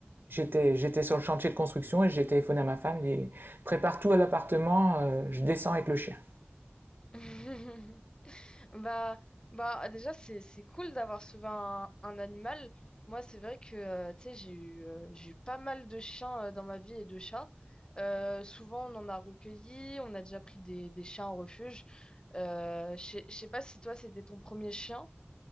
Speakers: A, on the right; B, on the left.
A: j'étais j'étais sur le chantier de construction et j'ai téléphoné à ma femme, j'ai dit prépare tout à l'appartement, euh, je descends avec le chien.
B: <laughs> Bah, bah, déjà, c'est, c'est cool d'avoir sauvé un, un animal. Moi, c'est vrai que, euh, tu sais, j'ai eu, euh, j'ai eu pas mal de chiens, euh, dans ma vie et de chats. Euh, souvent, on en a recueilli, on a déjà pris des, des chiens en refuge. Euh, je sais je sais pas si toi, c'était ton premier chien.